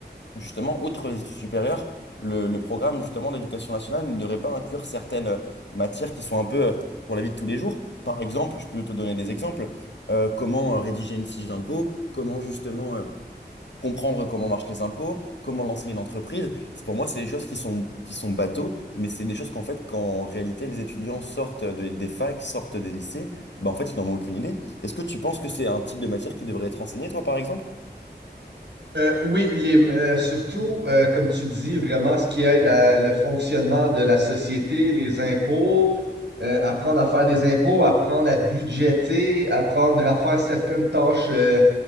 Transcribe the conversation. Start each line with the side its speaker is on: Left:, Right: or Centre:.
Left: Justement, outre les études supérieures, le, le programme justement d'éducation nationale ne devrait pas inclure certaines euh, matières qui sont un peu euh, pour la vie de tous les jours. Par exemple, je peux te donner des exemples euh, comment euh, rédiger une fiche d'impôt, comment justement euh, comprendre comment marchent les impôts, comment lancer une entreprise. C'est- Pour moi, c'est des choses qui sont, qui sont bateaux, mais c'est des choses qu'en fait, quand en réalité les étudiants sortent de- des facs, sortent des lycées, bah, en fait, ils n'en ont aucune idée. Est-ce que tu penses que c'est un type de matière qui devrait être enseigné, toi, par exemple?
Right: Euh, oui, les, euh, surtout, euh, comme tu dis, vraiment ce qui aide à le fonctionnement de la société, les impôts, euh, apprendre à faire des impôts, apprendre à budgéter, apprendre à faire certaines tâches, euh,